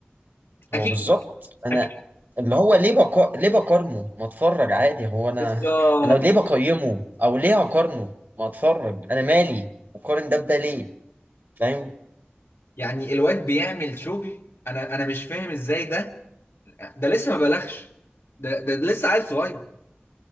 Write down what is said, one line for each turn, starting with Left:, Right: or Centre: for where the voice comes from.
Left: اكيد
Right: هو بالظبط انا
Left: اكيد
Right: اللي هو ليه بقا... ليه بقارنه ما اتفرج عادي هو انا
Left: بالظبط
Right: انا ليه بقيمه او ليه هقارنه ما اتفرج انا مالي اقارن ده بده ليه فاهم
Left: يعني الواد بيعمل شغل انا انا مش فاهم ازاي ده ده لسه ما بلغش ده ده, ده لسه عيل صغير خلي